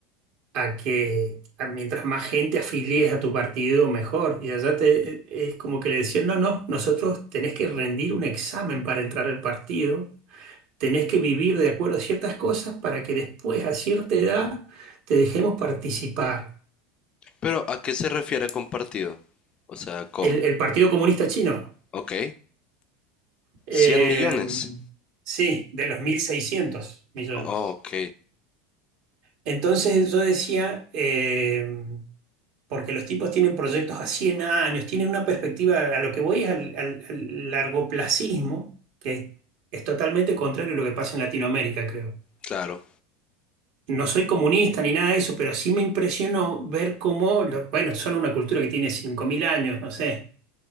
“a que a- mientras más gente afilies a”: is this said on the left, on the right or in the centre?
Right